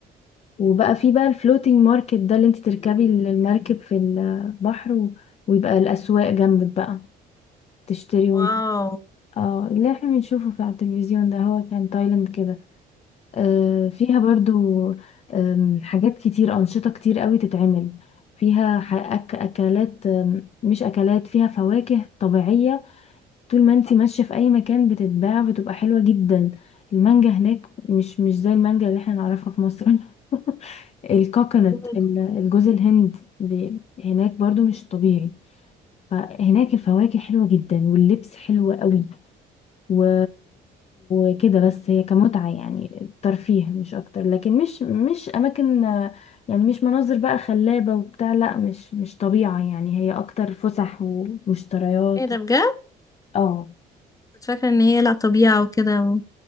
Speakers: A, on the left; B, on the left.
A: وبقى في بقى الفلوتينج ماركت ده اللي انت تركبي المركب في البحر و... ويبقى الأسواق جنبك بقى تشتري
B: واو
A: وانت اه اللي احنا بنشوفه في على التلفزيون ده هو كان تايلاند كده آه فيها برضو آم، حاجات كتير أنشطة كتير قوي تتعمل فيها ح- أك... أكلات آم، مش أكلات فيها فواكه طبيعية طول ما انتي ماشية في اي مكان بتتباع بتبقى حلوة جدا المانجا هناك مش مش زي المانجا اللي احنا نعرفها في مصر <laughs> الكوكونات
B: <laughs>
A: ال- الجوز الهند ب- هناك برضو مش طبيعي فهناك الفواكه حلوة جدا واللبس حلو قوي و... وكده بس هي كمتعة يعني ترفيه مش اكتر لكن مش مش اماكن يعني مش مناظر بقى خلابة وبتاع لا مش مش طبيعة يعني هي اكتر فسح ومشتريات
B: ايه ده بجد
A: اه
B: كنت فاكرة ان هي لا طبيعة وكده